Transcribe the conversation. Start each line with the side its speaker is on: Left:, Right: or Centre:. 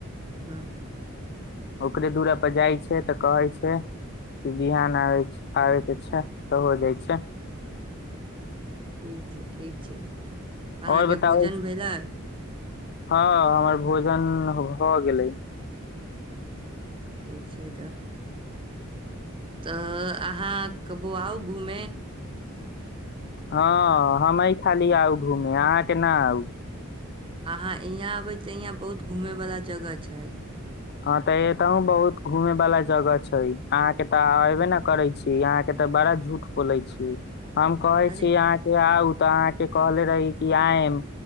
Right: <unintelligible>
Left: ओकरे दूरा पर जाइ छै त कहैय छै। बिहान आब आबैके छै त हो जाइ छै।
Right: ठीक छै, ठीक छै, अहाँ
Left: और
Right: के
Left: बताबै
Right: भोजन भेलै
Left: हँ हमर भोजन भ गेलै।
Right: ठीक छै, त त अहाँ के बउआ आउ घूमे
Left: हँ हमे खाली आउ घूमे अहाँ के ना आउ
Right: अहाँ इहाँ अबे य इहाँ बहुत घूमे वला जगह छै।
Left: हँ त एतहु बहुत घूमे वाला जगह छै अहाँ के तऽ एबे ने करय छी इ अहाँ के त बड़ा झूठ बोले छी हम कहे छी
Right: अरे
Left: अहाँ के आउ त अहाँ से कहले रहि कि आइम।